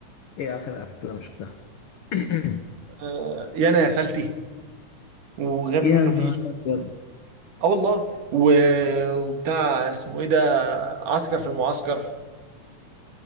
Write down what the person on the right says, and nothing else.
آه يانا يا خالتي وغبي
منه
فيه
اه والله و- وبتاع اسمه ايه ده عسكر في المعسكر